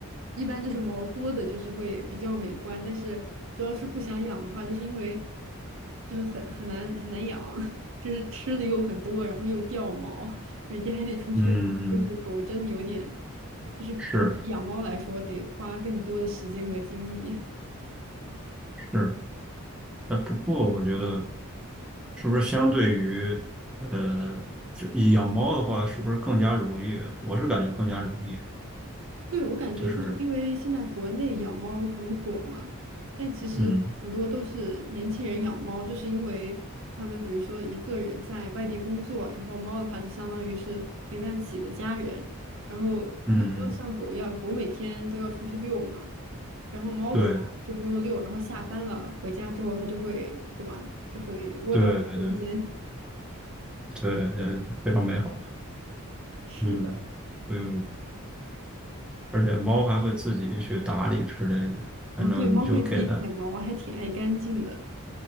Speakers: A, on the right; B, in the centre.
A: 一般就是毛多的，就是会比较美观，但是主要是不想养的话，就是因为就是很很难很难养，<laughs> 就是吃的又很多，然后又掉毛，每天还得出去遛，
B: 嗯
A: 就是狗真的有点，
B: 嗯，
A: 就是比养猫来说得花更多的时间和精力。
B: 是是。那不过我觉得是不是相对于呃，就养猫的话，是不是更加容易啊我是感觉更加容易，
A: 对，我感觉就是因为现在国内养猫很火嘛，
B: 就是
A: 但其实很多都是年轻人养猫，
B: 嗯
A: 就是因为他们比如说一个人在外地工作，然后猫的话就相当于是陪伴自己的家人，然后又不用像狗一样，
B: 嗯嗯，
A: 狗每天都要出去遛嘛，然后猫的话就不用遛，
B: 对
A: 然后下班了回家之后它就会，对吧，就会窝到你身边。
B: 对对对，呃，非常美好，
A: 是的，
B: 嗯，不用，而且猫还会自己去打理之类的，反正你就给它，
A: 哦，对，猫会自己舔毛，还挺爱干净的。